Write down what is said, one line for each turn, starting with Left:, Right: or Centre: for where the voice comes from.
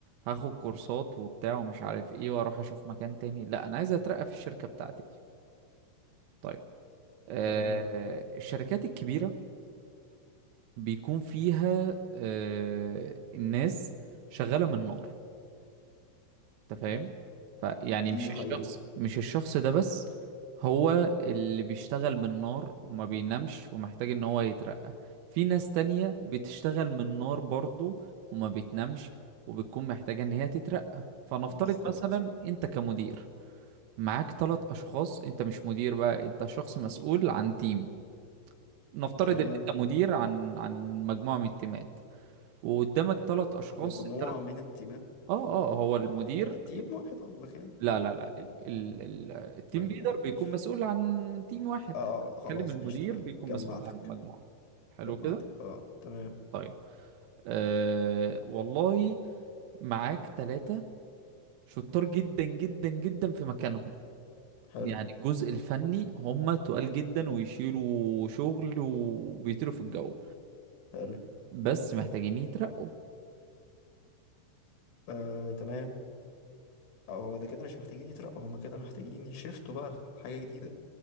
Right: هاخد كورسات وبتاع ومش عارف ايه واروح اشوف مكان تاني لا انا عايز اترقى في الشركة بتاعتي طيب آه،
Left: تمام
Right: الشركات الكبيرة بيكون فيها آه، الناس شغالة من نار انت فاهم فيعني
Left: دي
Right: مش الشخص
Left: حقيقه
Right: مش الشخص ده بس هو اللي بيشتغل من نار وما بينامش ومحتاج ان هو يترقى في ناس تانية بتشتغل من نار برضو وما بتنامش وبتكون محتاجة ان هي تترقى فنفترض
Left: بالظبط
Right: مثلا انت كمدير معاك ثلاث اشخاص انت مش مدير بقى انت شخص مسؤول عن تيم نفترض
Left: تمام
Right: ان انت مدير عن عن مجموعة من التيمات وقدامك ثلاث اشخاص
Left: مجموعة
Right: الثلاث
Left: من التيمات
Right: اه اه هو المدير
Left: تيم واحد قصدك يعني
Right: لا لا لا ال ال ال التيم
Left: مجموعة
Right: ليدر بيكون
Left: ماشي
Right: مسؤول عن تيم واحد
Left: اه آه، آه،
Right: بتكلم
Left: خلاص
Right: المدير
Left: ماشي تمام
Right: بيكون
Left: جمعتك
Right: مسؤول عن المجموعة حلو
Left: جمعتك
Right: كده
Left: اه تمام
Right: طيب أه والله معاك ثلاثة شطار جدا جدا جدا في مكانهم
Left: حلو
Right: يعني الجزء الفني هم تقال جدا ويشيلوا شغل وبيطيروا في الجو
Left: حلو
Right: بس محتاجين يترقوا
Left: آه تمام اه هو ده كده مش محتاجين يترقوا هما كده محتاجين يشفتوا بقى لحاجة جديدة